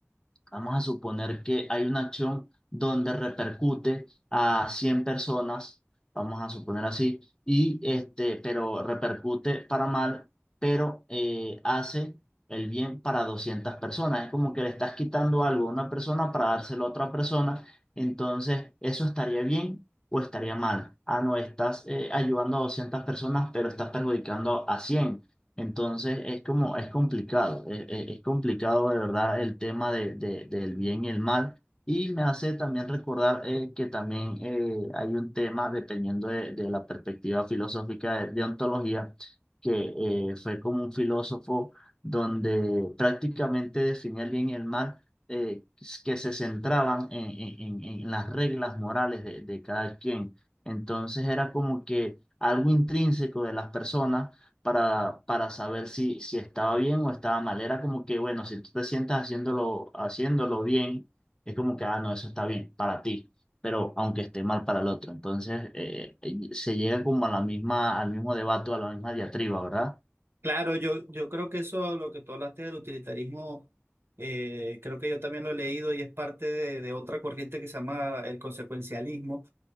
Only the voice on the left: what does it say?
Vamos a suponer que hay una acción donde repercute a 100 personas, vamos a suponer así, y este, pero repercute para mal, pero eh, hace el bien para 200 personas. Es como que le estás quitando algo a una persona para dárselo a otra persona, entonces eso estaría bien o estaría mal. Ah, no, estás eh, ayudando a 200 personas, pero estás perjudicando a cien entonces es como, es complicado, es, es- es complicado de verdad el tema de, de- del bien y el mal. Y me hace también recordar eh, que también eh, hay un tema, dependiendo de, de la perspectiva filosófica de, de ontología, que eh, fue como un filósofo donde prácticamente definía el bien y el mal, eh, que se centraban en, en- en- en las reglas morales de de cada quien. Entonces era como que algo intrínseco de las personas para, para saber si, si estaba bien o estaba mal. Era como que, bueno, si tú te sientas haciéndolo, haciéndolo bien, es como que, ah, no, eso está bien para ti, pero aunque esté mal para el otro. Entonces, eh, eh, se llega como a la misma, al mismo debate, o a la misma diatriba, ¿verdad?